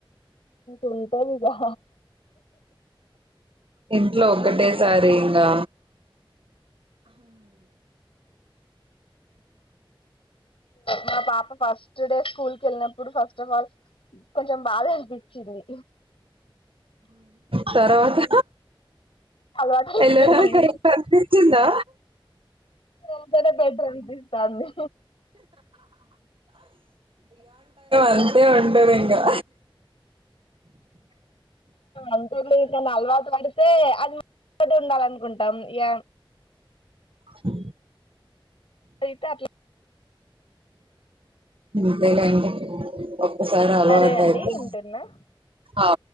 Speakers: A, on the left (about 80°); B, on the right (about 75°).
A: ఉంటాదిగా
B: ఇంట్లో ఒక్కటేసారి ఇంకా
A: నా పాప పాస్ స్టుడే స్కూల్ కెళ్ళినప్పుడు ఫస్ట్ ఆఫ్ ఆల్ కొంచెం బాధ అనిపించింది
B: తర్వాత
A: అలవాటు అయిపోయింది
B: వెళ్లినాక కనిపించిందా
A: వెళ్తేనే బెటర్ అనిపిస్తాంది
B: ఉంటది ఇంకా
A: అంతేలి ఇంకా అలవాటు పడితే అది ఇటి ఉండాల అనుకుంటాం ఇ
B: హ
A: ఐతే అట్లా
B: అంతేలేండి ఒకసారి అలవాటు
A: సరే అండి
B: ఐతే
A: ఉంటున్నా
B: ఆ